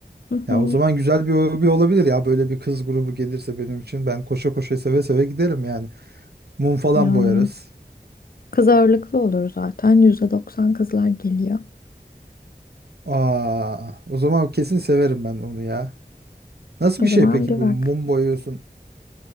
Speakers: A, on the left (about 60°); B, on the right (about 75°).
A: Hı hı.
B: Ya o zaman güzel bir hobi olabilir ya. Böyle bir kız grubu gelirse benim için ben koşa koşa seve seve giderim yani. Mum falan
A: Yani
B: boyarız.
A: kız ağırlıklı olur zaten. %90 kızlar geliyor.
B: Aa, o zaman kesin severim ben onu ya. Nasıl
A: O
B: bir
A: zaman
B: şey peki
A: bir
B: bu
A: bak.
B: mum boyuyorsun?